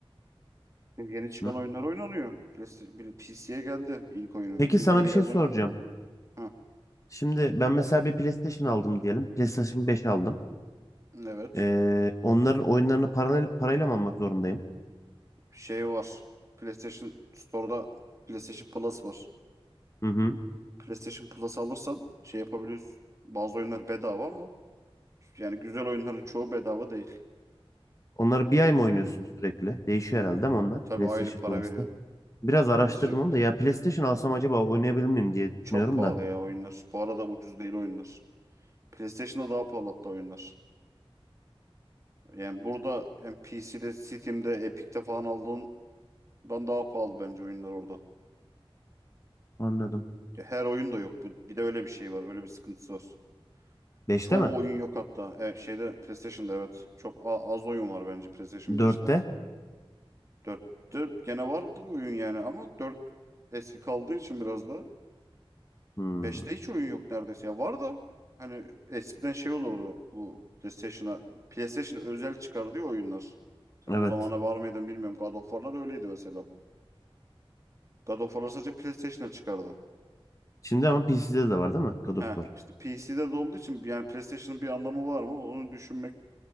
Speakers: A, on the right; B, on the left.
A: yeni çıkan
B: Hı.
A: oyunlar oynanıyor. PC'ye geldi ilk oyunu.
B: Peki
A: İkinci
B: sana
A: oyunu
B: bir şey
A: geldi
B: soracağım.
A: mi? Ha,
B: Şimdi ben mesela bir PlayStation aldım diyelim. PlayStation 5 aldım.
A: evet.
B: Ee, onların oyunlarını paralel, parayla mı almak zorundayım?
A: Şey var. PlayStation Store'da PlayStation Plus var.
B: Hı hı.
A: PlayStation Plus alırsan şey yapabiliyorsun. Bazı oyunlar bedava ama yani güzel oyunların çoğu bedava değil.
B: Onları bir
A: Öyle
B: ay mı
A: söyleyeyim.
B: oynuyorsun sürekli? Değişiyor herhalde değil mi onlar?
A: Tabii
B: PlayStation
A: aylık para
B: Plus'ta.
A: veriyorsun.
B: Biraz araştırdım
A: PlayStation
B: onu da. Ya PlayStation alsam acaba oynayabilir miyim diye düşünüyorum
A: çok pahalı
B: da.
A: ya oyunlar. Bu arada ucuz değil oyunlar. PlayStation'da daha pahalı hatta oyunlar. Yani burada hem PC'de, Steam'de, Epic'te falan aldığından daha pahalı bence oyunlar orada.
B: Anladım.
A: Ya her oyun da yok. Bu- Bir de öyle bir şey var. Öyle bir sıkıntısı var.
B: Beşte
A: Çoğu
B: mi?
A: oyun yok hatta. E, şeyde PlayStation'da evet. Çok a- az oyun var bence PlayStation
B: Dörtte?
A: 5'te. Dörtte gene vardır oyun yani ama dört eski kaldığı için biraz da.
B: Hmm.
A: Beşte hiç oyun yok neredeyse. Ya var da hani eskiden şey olurdu bu PlayStation'a PlayStation'a özel çıkardığı oyunlar. Sen
B: Evet.
A: o zamana var mıydın bilmiyorum. God of War'lar öyleydi mesela. God of War'lar sadece PlayStation'a çıkardı.
B: Şimdi ama PC'de de var değil mi? God of
A: He
B: War.
A: işte PC'de de olduğu için yani PlayStation'ın bir anlamı var mı? Onu düşünmek